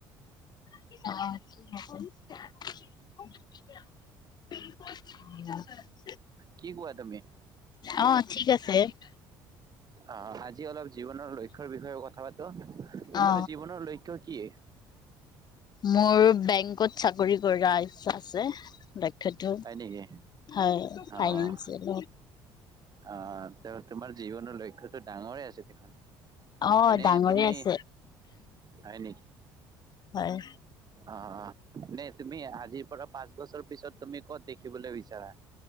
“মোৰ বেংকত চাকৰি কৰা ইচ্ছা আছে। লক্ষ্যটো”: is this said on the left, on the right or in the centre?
Left